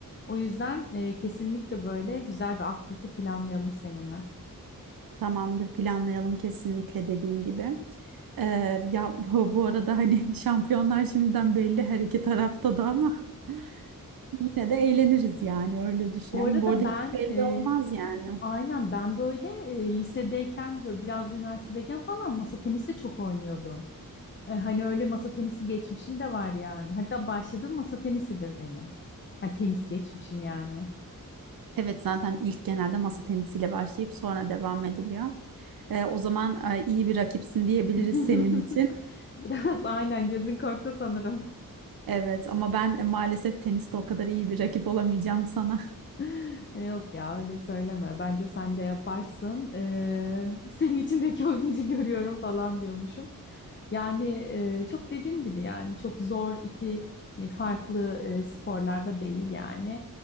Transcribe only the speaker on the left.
O yüzden e, kesinlikle böyle güzel bir aktivite planlayalım seninle.
Bu arada
ben
e,
Aynen ben böyle e, lisedeyken ve biraz da üniversitedeyken falan masa tenisi çok oynuyordum. E, hani öyle masa tenisi geçmişim de var yani. Hatta başladığım masa tenisidir benim. Ha, tenis geçmişim yani.
<laughs>
Biraz aynen gözün korktu sanırım.
<laughs> Yok ya öyle söyleme. Bence sen de yaparsın. Ee, senin içindeki o gücü görüyorum falan diyormuşum. Yani e, çok dediğim gibi yani çok zor iki e, farklı e, sporlarda değil yani.